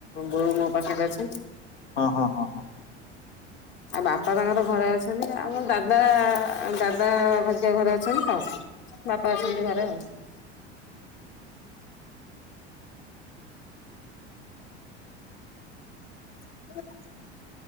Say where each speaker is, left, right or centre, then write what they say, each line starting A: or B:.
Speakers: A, on the left (about 30°); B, on the left (about 75°).
A: ବୋଉ ମୋ ପାଖରେ ଅଛି।
B: ହଁ ହଁ ହଁ ହଁ।
A: ଆଉ ବାପା ତାଙ୍କର ଘରେ ଅଛନ୍ତି ଆଉ। ଆମ ଦାଦା ଦାଦା ଭସିଆ ଘରେ ଅଛନ୍ତି ତ ବାପା ଅଛନ୍ତି ଘରେ ଆଉ। <unintelligible>